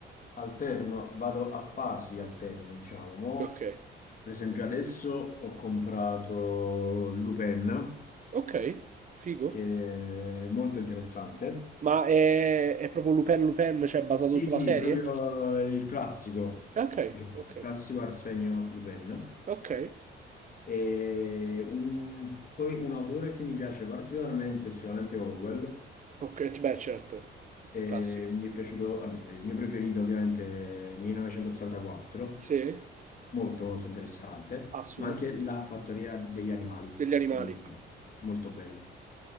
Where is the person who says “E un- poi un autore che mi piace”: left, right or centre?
Left